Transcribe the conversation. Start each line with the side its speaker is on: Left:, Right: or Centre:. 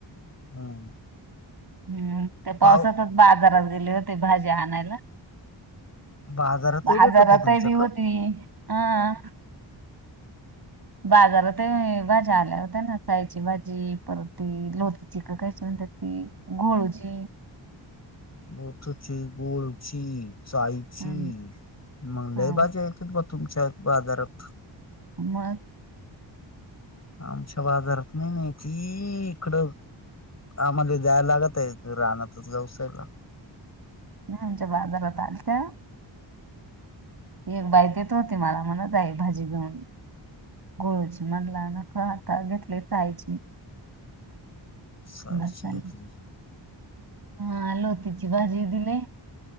Left: हम्म
Right: हम्म त्या पावसातच
Left: पाव
Right: बाजारात गेले होते भाजी आणायला.
Left: बाजारातही
Right: बाजारातही
Left: भेटते तुमच्याक
Right: होती. हा बाजारात भाज्या आल्या. नसायची भाजी परत ती लोक चिक कयची म्हणतात ती गोळूची.
Left: बथची, गोळची, साईची
Right: हम्म
Left: मग लय
Right: हा
Left: भाज्या येतात बघ. तुमच्या बाजारात.
Right: मग.
Left: आमच्या बाजारात नाही माती, इकडं. आम्हाला द्यायला लागतय राहनाच गावसाईला.
Right: मी तुमच्या बाजारात आलत्या. ती एक बाय देत होती मला म्हणत आहे भाजी घेऊन. गोळूची म्हटला नक आता घेतली चायची.
Left: सारश
Right: बर चालेल.
Left: एक दि.
Right: हा लोतीची भाजी दिलेय,